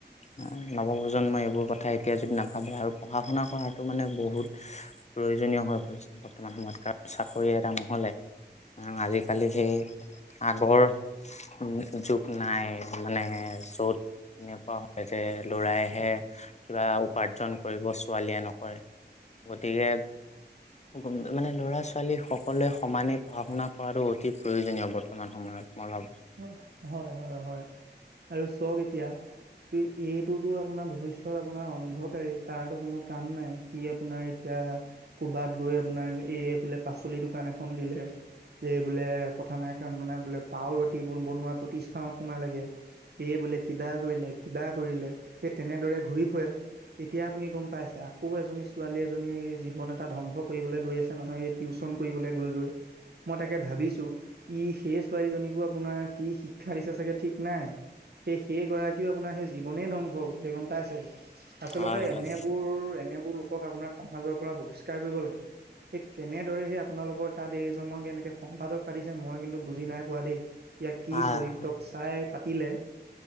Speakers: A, on the left (about 40°); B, on the right (about 65°).
A: উম নৱপ্ৰজন্মই এইবোৰ কথা এতিয়া যদি নাভাবে আৰু পঢ়া শুনা কৰাটো মানে বহুত প্ৰয়োজনীয় হৈ পৰিছে বৰ্তমান সময়ত কাৰণ চাকৰি এটা নহলে আজিকালি সেই আগৰ উ যুগ নাই মানে য'ত এনেকুৱা হয় যে লৰাইহে কিবা উপাৰ্জন কৰিব ছোৱালীয়ে নকৰে গতিকে গোমদে মানে ল'ৰা ছোৱালী সকলোৱে সমানেই পঢ়া শুনা কৰাটো অতি প্ৰয়োজনীয় বৰ্তমান সময়ত মই ভাব
B: অ হয় হয় হয় আৰু চ'ক এতিয়া এইটোতো আপোনাৰ ভৱিষ্যয়ত আপোনাৰ অন্ধকাৰে তাৰো কোনো কাম নাই সি আপোনাৰ এট এতিয়া ক'বাত গৈ আপোনাৰ এই বোলে পাচলি দোকান এখন দিলে এই বোলে কথা নাই কান নাই বোলে পাও ৰাতি বনোৱা প্ৰতিষ্ঠানত সোমাই লাগে। এই বোলে কিবা কৰিলে কিবা কৰিলে এই তেনেদৰে ঘূৰি ফুৰে। এতিয়া আপুনি গম পাইছে আকৌ এজনী ছোৱালী এজনী জীৱন এটা ধ্বংস কৰিবলৈ গৈ আছে নহয় এই। টিউচন কৰিবলৈ গৈ গৈ মই তাকে ভাবিছো ই সেই ছোৱালীজনীকো। আপোনাৰ কি শিক্ষা দিছে চাগে ঠিক নাই। সেই সেই গৰাকীও আপোনাৰ সেই জীৱনে ধ্বংস বুলি সেই গম পাইছে। আচলতে
A: হয় হয়।
B: এনেবোৰ এনেবোৰ লোকক আপোনাৰ সমাজৰ পৰা বহিষ্কাৰ কৰিব লাগে। সেই কেনেদৰে সেই আপোনালোকৰ তাত এইজনক এনেকৈ সম্পাদক পাতিছে মই কিন্তু বুজি নাই পোৱা দেই। ইয়াক কি
A: আহ
B: চৰিত্ৰক চাই পাতিলে।